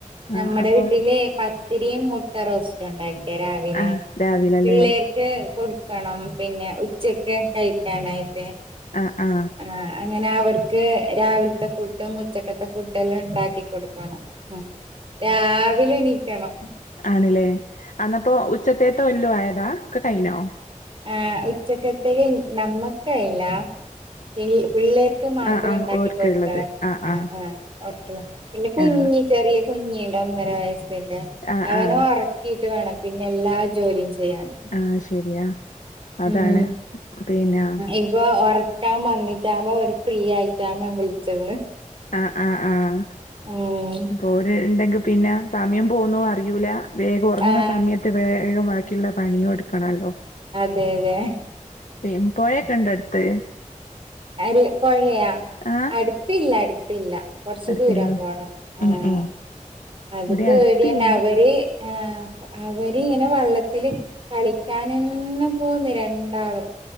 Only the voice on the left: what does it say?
ആഹ് അപ്പൊ
ആഹ് രാവിലല്ലേ
ആ ആ
ആണില്ലേ അന്നപ്പോ ഉച്ചത്തേത്തെ കൊല്ലു ആയതാ ഒക്കെ കൈനോ
ആഹ് ആഹ്
ഓർക്ക്ള്ളത്
ആഹ്
ആഹ്
ആഹ്
ആഹ്
ആഹ്
ആഹ് ശരിയാ അതാണ്
പിന്നെ ആഹ്
ആഹ ആഹ് ആഹ
അപ്പൊ ഒരു ഉണ്ടെങ്കി പിന്നെ സമയം പോകുന്നു അറിയിൂല വേഗം ഉറങ്ങുന്ന
സമയത്ത് വേഗമാാക്കിയുള്ള പണിയ കൊടുക്കണല്ലോ
പി പോയേക്കണ്ട അടുത്ത്
ആഹ്
അടുത്തില്ലേ
ഏഹ് ഏഹ്
ഇവിടെ
അടുത്തില്ല